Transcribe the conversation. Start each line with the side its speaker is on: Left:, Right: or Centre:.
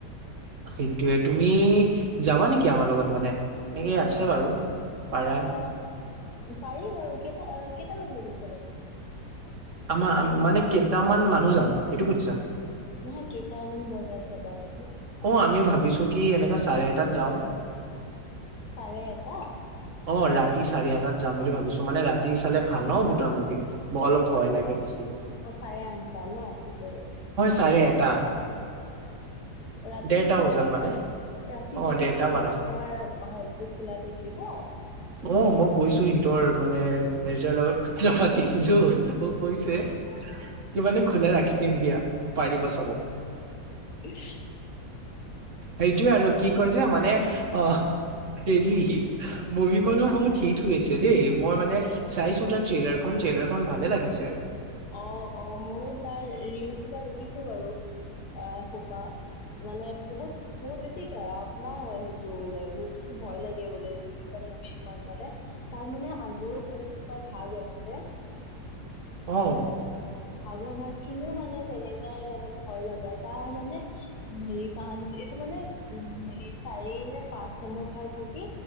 Right: সেইটোয়ে, তুমি যাবা নেকি আমাৰ লগত মানে? এনেকেই আছে বাৰু। পাৰা
Left: অ', পাৰি বাৰু, কেইটা কেইটামান বজাত যাবা তোমালোক?
Right: আমাৰ মানে, কেইটামান মানুহ যাম সেইটো সুধিছা?
Left: নহয়, কেইটামান বজাত যাবা কৈছোঁ।
Right: অ', আমি ভাবিছোঁ কি, এনেকা চাৰে এটাত যাওঁ।
Left: চাৰে এটা।
Right: অ', ৰাতি চাৰি এটাত যাম বুলি ভাবিছোঁ, মানে ৰাতি চালে ভাল 'ন ভূটৰ মুভি। অলপ ভয় লাগে বেছি।
Left: অ', চাৰে আঠটা ন' ঠিকে কৈছাঁ।
Right: তাৰে এটা।
Left: ৰাতি
Right: দেৰটা
Left: চাৰে
Right: বজাত
Left: এটা?
Right: মানে
Left: ৰাতি
Right: অ
Left: দেৰটা বজাত
Right: মানত
Left: তোমাৰ হলতটো খোলা থাকিব?
Right: অ', মই কৈছো সিহতৰ মানে মেজাৰ লগত পাতিছিলো তকৌ কৈছে কি মানে খোলা ৰাখ ৰাখি দিম দিয়া পাৰিবা চাব।
Left: <unintelligible>
Right: সেইটোয়ে আৰু কি কয় যে মানে অ'। হেৰি মুভিখনো বহুত হিট হৈ আছে দেই মই মানে। চাইচো তাৰ ট্ৰেইলাৰ খন ট্ৰেইলাৰ খন ভালে লাগিছে।
Left: অ', অ'মইয়ো তাৰ ৰিলচ পৰা দেখিছো বাৰু আহ খোপা। মানে বহুত, বহুত বেছি গও ননাও হয় সেইটো বোলে বহুত বেছি ভয় লাগে বোলে। মুভিখন মানে তাৰ মানে আগৰো বহুতোপা ভাল আছে।
Right: অ'।
Left: আগৰ ভাগ খিনিও মানে তেনেকাই মানে ভয় লগাই তাৰ মানে। হেৰি কাহানীটো এইটো মানে উ হেৰি চাৰি নে পাঁচ নম্বৰ ভাগ নেকি।